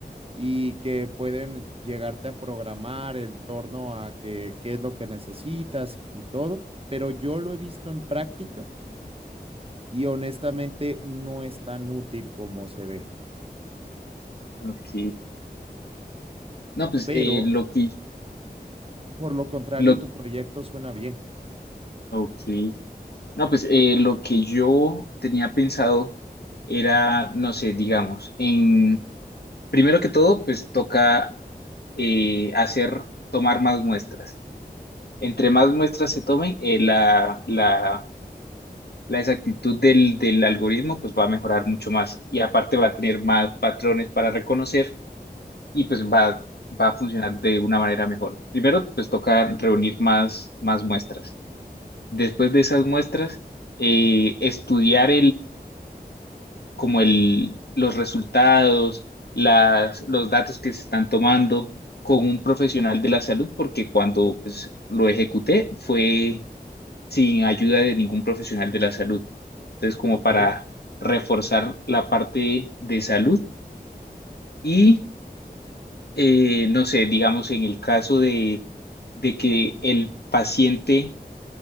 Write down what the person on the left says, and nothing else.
ok. No, pues
eh, lo que,
lo,
ok. No, pues eh, lo que yo tenía pensado era, no sé, digamos, en primero que todo, pues toca eh, hacer, tomar más muestras. Entre más muestras se tomen, eh, la, la, la exactitud del, del algoritmo pues va a mejorar mucho más y aparte va a tener más patrones para reconocer y pues va, va a funcionar de una manera mejor. Primero, pues toca reunir más, más muestras. Después de esas muestras, eh, estudiar como el, los resultados, las, los datos que se están tomando con un profesional de la salud, porque cuando pues, lo ejecuté fue sin ayuda de ningún profesional de la salud. Entonces, como
para reforzar la parte de salud y, eh, no sé, digamos, en el caso de, de que el paciente